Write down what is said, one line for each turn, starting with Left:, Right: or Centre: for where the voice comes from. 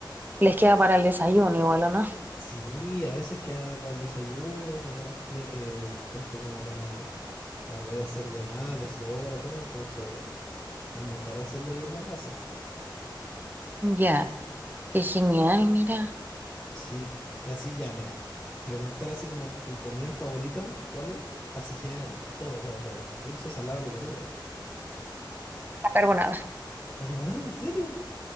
Right: Les queda para el desayuno igual, ¿o no?
Centre: Sí, a veces queda para el desayuno, tenemos tie- eh, tiempo como para, para poder hacer de más, de sobra, todo, entonces es mejor hacerlo ahí en la casa.
Right: Ya, qué genial, mira.
Centre: Sí, y así ya, mira, preguntar así como tu comida favorita, ¿cuál es? Así general, todo, todo, todo, dulce, salado, lo que tú queráis.
Right: La carbonada,
Centre: ¿La carbonada? ¿En serio?